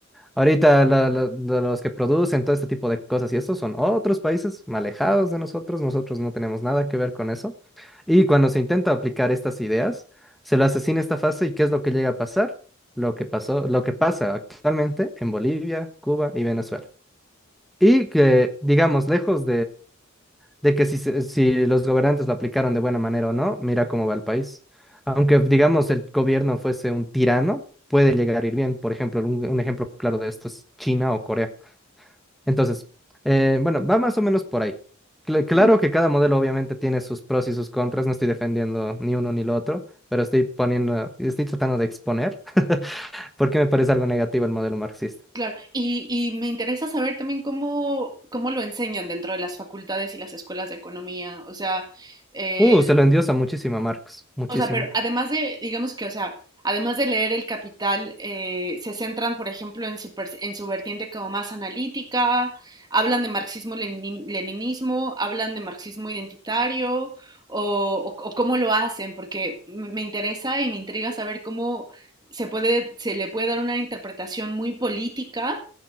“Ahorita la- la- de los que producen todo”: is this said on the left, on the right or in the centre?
Centre